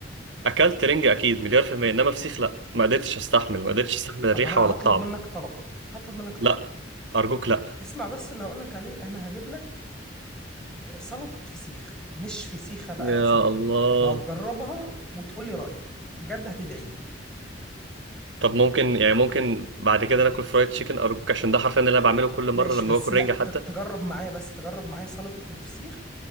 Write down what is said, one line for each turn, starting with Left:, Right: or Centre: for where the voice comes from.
Right: اكلت رنجة اكيد مليار في المية انما فسيخ لا ما قدرتش استحمل ما قدرتش استحمل الريحة
Centre: طب أنا
Right: ولا الطعم
Centre: هطلب منك طلب هطلب منك طلب
Right: لا ارجوك لا
Centre: اسمع بس اللي هقولك عليه أنا هجيب لك سلطة فسيخ مش فسيخة بقى
Right: يا
Centre: سمك
Right: الله
Centre: وهتجربها وتقول لي رأيك بجد هتدعي لي
Right: طب ممكن يعني ممكن بعد كده ناكل فرايد تشيكن ارجوك عشان ده حرفيا اللي انا بعمله كل
Centre: ماشي
Right: مرة لما
Centre: بس
Right: باكل
Centre: لا
Right: رنجة حتى
Centre: ت- تجرب معايا بس تجرب معايا سلطة الفسيخ